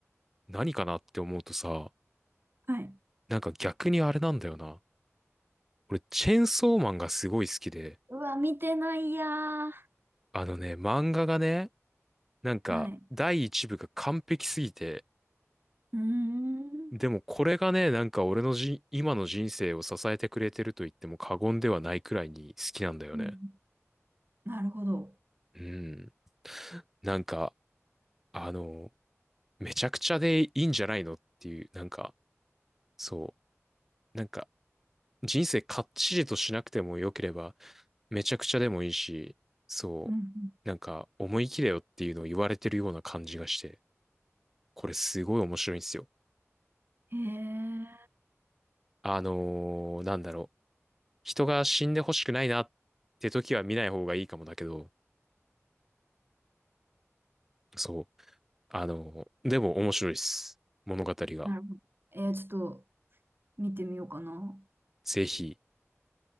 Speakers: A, in the centre; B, on the right (about 45°).
A: 何かなって思うとさ、
B: はい。
A: なんか逆にあれなんだよな。俺、チェンソーマンがすごい好きで、
B: うわ、見てないやー。
A: あのね、漫画がね、なんか第一部が完璧すぎて、
B: はい。うーん。
A: でもこれがね、なんか俺のじ、今の人生を支えてくれてると言っても過言ではないくらいに好きなんだよね。
B: うん。なるほど。
A: うん。なんか、あの、めちゃくちゃでいいんじゃないのっていう、なんか、そう、なんか、人生かっちりとしなくても良ければ、めちゃくちゃでもいいし、そ
B: うん。うん
A: う、なんか、思い切れよっていうのを言われてるような感じがして、これすごい面白いんですよ。
B: へえ。
A: あのーなんだろう、人が死んでほしくないなって時は見ない方がいいかもだけど、そう、あのーでも面白いです。物語が。
B: なるほど。えー、ちょっと、見てみようかな。
A: ぜひ。